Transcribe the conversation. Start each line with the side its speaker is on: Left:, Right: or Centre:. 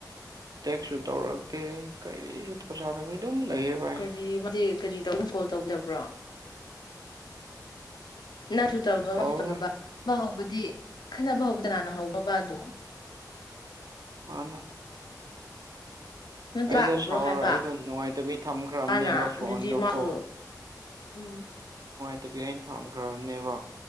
Right: ꯇꯦꯛꯁꯨ ꯇꯧꯔꯛꯇꯦ ꯀꯔꯤꯁꯨ ꯊꯧꯁꯥꯗꯕꯤ ꯑꯗꯨꯝ ꯂꯩꯌꯦ ꯚꯥꯏ
Left: ꯀꯔꯤ ꯀꯔꯤ ꯇꯧꯅ ꯀꯣꯜ ꯇꯧꯗꯕ꯭ꯔꯣ ꯅꯪꯁꯨ ꯇꯧꯕ
Right: ꯇꯧꯔꯔꯣꯏ
Left: ꯃꯥꯁꯨ ꯇꯧꯗꯨꯕ ꯍꯧꯕꯗꯤ ꯈꯟꯅꯕ ꯍꯧꯕꯗꯤ ꯀꯥꯅꯅ ꯍꯧꯕꯕ ꯑꯗꯣ
Right: ꯃꯥꯅ
Left: ꯅꯪ
Right: ꯑꯩꯗꯣ
Left: ꯂꯥꯛꯕ꯭ꯔꯣ
Right: ꯁꯥꯎꯔ
Left: ꯍꯥꯏꯕ
Right: ꯑꯩꯗꯣ ꯅꯨꯡꯉꯥꯏꯇꯕꯤ ꯊꯝꯈ꯭ꯔꯕꯅꯦꯕ
Left: ꯃꯥꯅ
Right: ꯐꯣꯟꯗꯣ
Left: ꯑꯗꯨꯗꯤ ꯃꯥꯁꯨ
Right: ꯀꯣ
Left: ꯎꯝ
Right: ꯑꯗꯨꯒꯤ ꯑꯩꯅ ꯊꯝꯈ꯭ꯔꯕꯅꯦꯕ